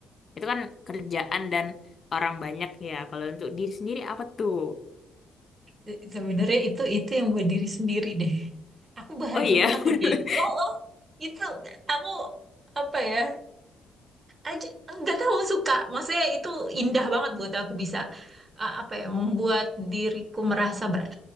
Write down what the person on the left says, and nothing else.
Itu kan kerjaan dan orang banyak ya. Kalau untuk diri sendiri apa tuh?
Oh iya.
<laughs>